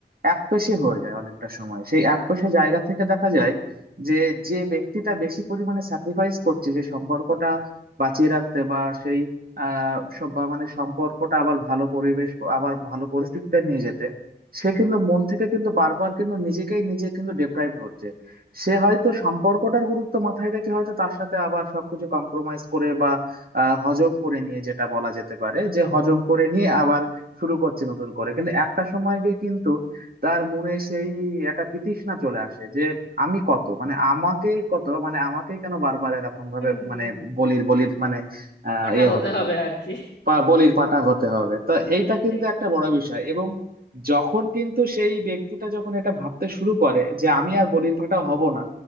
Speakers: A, on the right; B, on the left.
A: একপেশে হয়ে যায় অনেকটা সময় সেই একপেশে জায়গা থেকে দেখা যায় যে যে ব্যক্তিটা বেশি পরিমাণে স্যাক্রিফাইস করছে সেই সম্পর্কটা বাঁচিয়ে রাখতে বা সেই আহ সব- বা মানে সম্পর্কটা আবার ভালো পরিবেশ আবার ভালো পরিস্থিতিতে নিয়ে যেতে সে কিন্তু মন থেকে কিন্তু বারবার কিন্তু নিজেকেই নিজে কিন্তু ডেপ্রাইভ হচ্ছে সে হয়তো সম্পর্কটার গুরুত্ব মাথায় রেখে হয়তো তার সাথে আবার সবকিছু কম্প্রোমাইজ করে বা আহ, হজম করে নিয়ে যেটা বলা যেতে পারে যে হজম করে নিয়ে আবার শুরু করছে নতুন করে কিন্তু একটা সময় গিয়ে কিন্তু তার মনে সেই একটা বিতৃষ্ণা চলে আসে যে আমি কত মানে আমাকেই কত মানে আমাকেই কেন বারবার এরকম ভাবে
B: হুম
A: মানে
B: হুম
A: বলির বলির মানে আহ
B: পাঁঠা
A: ইয়ে
B: ঠিক হতে
A: হতে
B: হবে
A: হবে
B: আর কি
A: পা বলির পাটা হতে হবে তো
B: সেটা
A: এইটা কিন্তু
B: ঠিক
A: একটা বড় বিষয় এবং যখন কিন্তু সেই ব্যক্তিটা যখন এটা ভাবতে শুরু করে যে আমি আর বলির পাটা হব না